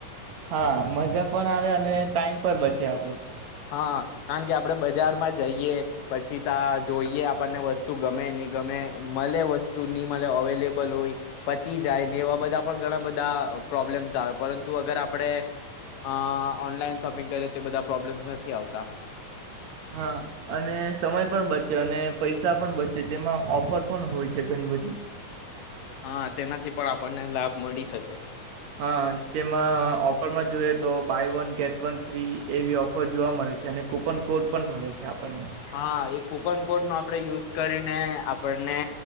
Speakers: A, on the right (about 70°); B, on the left (about 85°).
A: હા મજા પણ આવે અને ટાઈમ પર બચે આપડું.
B: હા કારણ કે આપડે બજારમાં જઈએ પછી ત જોઈએ આપણને વસ્તુ ગમે નહી ગમે મળે વસ્તુ નની મળે અવેલેબલ હોય. પતી જાય ને એવા બધા પણ ઘણા બધા પ્રોબ્લેમ આવે. પરંતુ અગર આપણે અ ઓનલાઈન શોપિંગ કરે તે બધા પ્રોબ્લેમ્સ નથી નથી આવતા.
A: હા અને સમય પણ બચે અને પૈસા પણ બચે તેમાં ઓફર પણ હોય છે ઘણી બધી.
B: હા તેનાથી પણ આપણને લાભ મળી શકે.
A: હા તેમાં ઓફરમાં જોઈયએ તો buy one get one free એવી ઓફર જોવા મળે છે અને કુપન કોડ પણ મળે છે આપણને.
B: હા એ કૂપન કોડ નો આપણે યુઝ કરીને આપણને